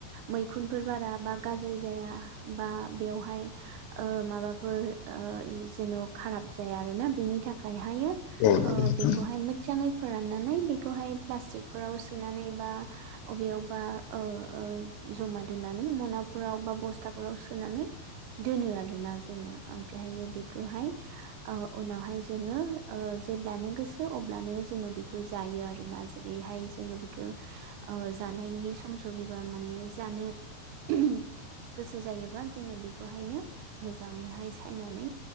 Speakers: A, on the right; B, on the left.
A: मैखुनफोर बारा बा गाज्रि जाया बा बेवहाय माबाफोर जेन' खाराब जाया आरोना बेनि थाखायहायो
B: औ नंगौ नोंथां
A: बेखौहाय मोजाङै फोराननानै बेखौहाय प्लास्टिकफोराव सोनानै बा अबेयावबा ओ ओ जमा दोननानै मनाफोराव बा बस्थाफोराव सोनानै दोनो आरोना जोङो ओमफ्रायहायो बेखौहाय उनावहाय जोङो जेब्लानो गोसो अब्लानो जोङो बेखौ जायो आरोना जेरैहाय जोङो बिखौ ओ जानायनि सम सफैबा माने जानो <unintelligible> गोसो जायोबा जोङो बेखौहायनो मोजाङैहाय सायनानै